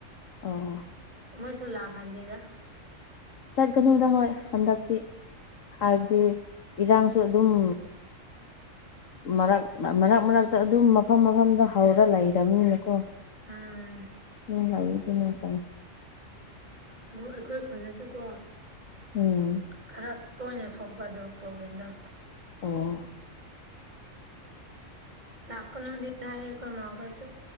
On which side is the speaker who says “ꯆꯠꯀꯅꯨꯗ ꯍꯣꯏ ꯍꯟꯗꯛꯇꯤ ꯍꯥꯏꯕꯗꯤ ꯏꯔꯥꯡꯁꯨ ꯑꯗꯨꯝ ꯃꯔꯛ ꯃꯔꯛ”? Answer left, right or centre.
Left